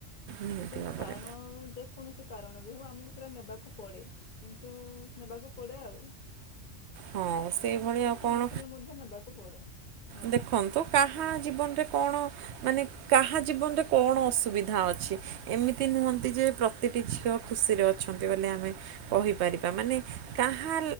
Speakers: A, on the right; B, on the left.
A: ନିହାତି
B: କିନ୍ତୁ
A: ଭାବରେ
B: କାରଣ ଯେ କୌଣସି କାରଣ ବି ହଉ ଆମକୁ ସେଇଟା ନେବାକୁ ପଡେ କିନ୍ତୁ ନେବାକୁ ପଡେ ଆଉ।
A: ହଁ ସେଇଭଳି
B: ଇଚ୍ଛା
A: ଆଉ କ'ଣ
B: ନଥିଲେ ମଧ୍ୟ ନେବାକୁ ପଡେ ହଁ
A: ଦେଖନ୍ତୁ କାହା ଜୀବନରେ କଣ ମାନେ କାହା ଜୀବନରେ କଣ ଅସୁବିଧା ଅଛି ଏମିତି ନୁହନ୍ତି ଯେ ପ ପ୍ରତିଟି ଝିଅ ଖୁସିରେ ଅଛନ୍ତି ବୋଲି ଆମେ କହିପାରିବା ମାନେ କାହା